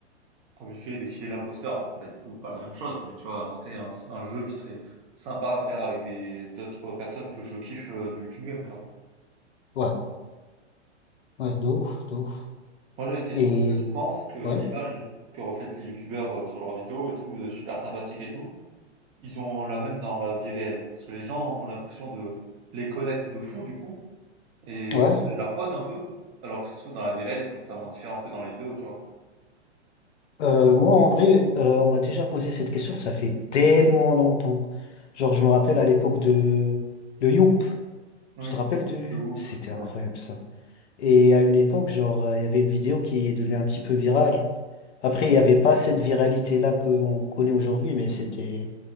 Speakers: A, on the right (about 20°); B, on the left (about 75°).
A: Comme il fait dès qu'il est l'imposteur, enfin, bah, du coup, pas la même chose, mais tu vois, inventer un, un jeu qui serait sympa à faire avec des d'autres personnes que je kiffe euh, du YouTube Game, quoi.
B: ouais, ouais, de ouf, de ouf.
A: Moi, j'avais une question.
B: Et...
A: Est-ce que tu penses que l'image
B: Ouais,
A: que reflètent les youtubeurs euh, sur leurs vidéos et tout, euh, super sympathique et tout, ils ont la même dans la vie réelle? Parce que les gens ont l'impression de les connaître de fou, du coup, et
B: ouais.
A: que c'est leurs potes un peu, alors que ça se trouve, dans la vie réelle, ils sont totalement différents que dans les vidéos, tu vois.
B: Euh, moi, en vrai, euh, on m'a déjà posé cette question, ça fait tellement longtemps. Genre, je me rappelle à l'époque de... Le Youp.
A: Oui,
B: Tu te rappelles de...
A: le groupe,
B: C'était
A: ouais.
B: incroyable ça. Et à une époque, genre, euh, il y avait une vidéo qui est devenue un petit peu virale. Après, il n'y avait pas cette viralité-là qu'on connaît aujourd'hui, mais c'était...